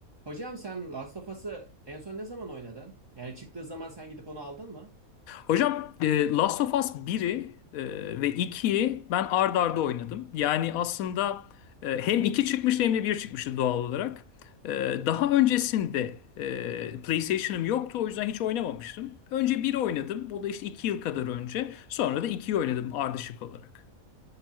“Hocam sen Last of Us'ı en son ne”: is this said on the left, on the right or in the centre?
Right